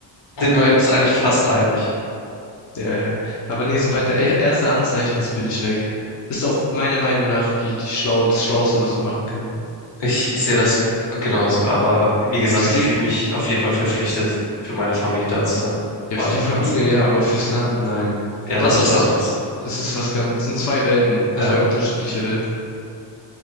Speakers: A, on the left; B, on the left.
A: sind wir uns eigentlich fast einig.
B: Ja, ja. Aber nee, sobald der e- erste Anzeichen ist, bin ich weg. Ist auch meiner Meinung nach die, die schlau, das Schlauste, was man machen kann.
A: Ich, ich sehe das genauso, aber wie gesagt,
B: Und das
A: ich
B: Ding,
A: fühle mich auf jeden Fall verpflichtet, für meine Familie da zu sein.
B: ja,
A: Auf
B: für
A: eine
B: die
A: Art
B: Familie
A: und Weise.
B: ja, aber fürs Land nein.
A: Ja,
B: Was
A: das ist
B: hat uns,
A: anders.
B: das ist was ganz, sind zwei Welten,
A: Ja,
B: zwei unterschiedliche Welten.